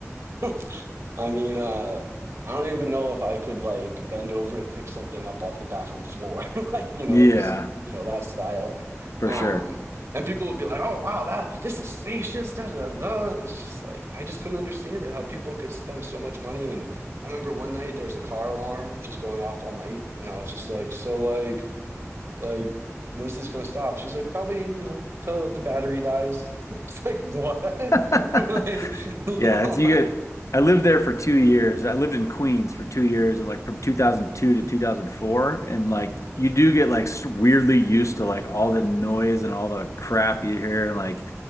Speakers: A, on the right; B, on the left.
A: <laughs> I mean, uh, I don't even know if I could like bend over to pick something up off the bathroom floor. <laughs> Like, you know,
B: Yeah,
A: is you know that style.
B: for
A: Um,
B: sure.
A: and people would be like, "Oh, wow, that this is spacious." Da, da, da, da. And it's just like I just couldn't understand it how people could spend so much money. And I remember one night there was a car alarm just going off all night, and I was just like, "So like like." When's this gonna stop? She's like, probably, you know, till the battery dies. <laughs> It's like, what?
B: <laughs>
A: <laughs> Like, you
B: Yeah,
A: know,
B: it's you get.
A: <laughs>
B: I lived there for two years.
A: Yeah,
B: I lived in Queens for two years, and like from 2002 to 2004, and like you do get like s- weirdly used to like all the noise and all the crap you hear, and like,